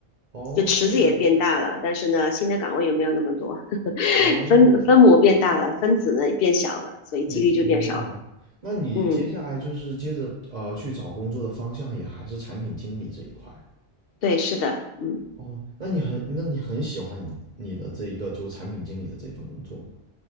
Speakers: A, on the right (about 45°); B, on the left (about 65°).
A: 哦
B: 就池子也变大了，但是呢，新的岗位也没有那么多。<laughs>
A: 哦，
B: 分分母变大了，分子呢也变小了，所以几率就变少了。
A: 明明白。那你接下来就是接着呃去找工作的方向也还是产品经理这一块。
B: 嗯，对，是的，嗯，
A: 哦，那你很那你很喜欢你你的这一个就产品经理的这份工作吗？